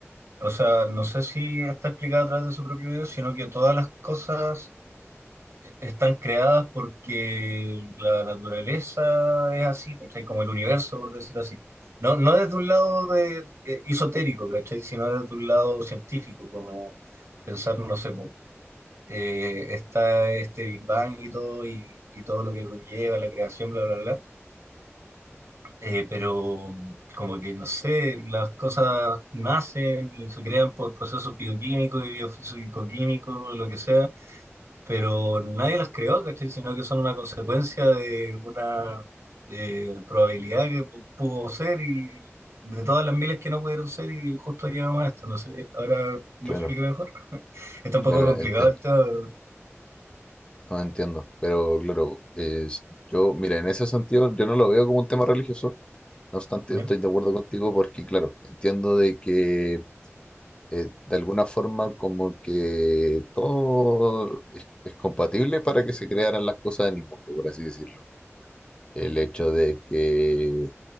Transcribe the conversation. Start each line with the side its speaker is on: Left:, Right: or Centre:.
Right: o sea, no sé si está explicado a través de su propio video, sino que todas las cosas están creadas porque la naturaleza es así, ¿cachai? Como el universo, por decirlo así. No, no desde un lado de, eh, esotérico, ¿cachai? Sino desde un lado científico, como pensar, no sé, po, eh, está este Big Bang y todo, y, y todo lo que conlleva la creación, bla, bla, bla. Eh, pero mm, como que, no sé, las cosas nacen y se crean por procesos bioquímicos y biofísico-químicos, lo que sea pero nadie las creó, ¿cachai? Sino que son una consecuencia de una eh, probabilidad que pu- pudo ser y de todas las miles que no pudieron ser y justo llegamos a esto. No sé, ahora me
Left: Claro,
Right: explico mejor. Está un
Left: claro,
Right: poco complicado
Left: entiendo.
Right: el tema, ¿verdad?
Left: No entiendo. Pero claro, es- yo, mira, en ese sentido yo no lo veo como un tema religioso. No obstante,
Right: Ya,
Left: yo estoy de acuerdo contigo porque, claro, entiendo de que eh, de alguna forma como que todo es, es compatible para que se crearan las cosas en el mundo, por así decirlo. El hecho de que,